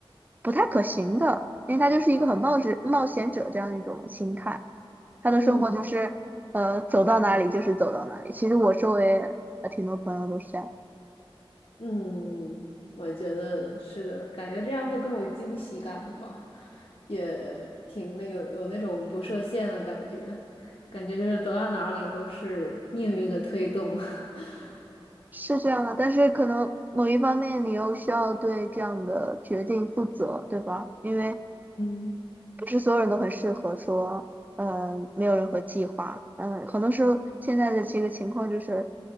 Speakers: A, on the right (about 20°); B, on the left (about 70°).
A: 不太可行的，因为他就是一个很冒之冒险者这样一种心态，他的生活就是呃走到哪里就是走到哪里。
B: 嗯
A: 其实我周围呃挺多朋友都是这样。
B: 嗯，我觉得是的，感觉这样会更有惊喜感吧，也挺那有有那种不设限的感觉，感觉就是走到哪里都是命运的推动。<laughs>
A: 是这样的，但是可能某一方面你又需要对这样的决定负责，对吧？因为
B: 嗯。
A: 不是所有人都很适合说，嗯、没有任何计划，嗯、很多时候现在的这个情况就是，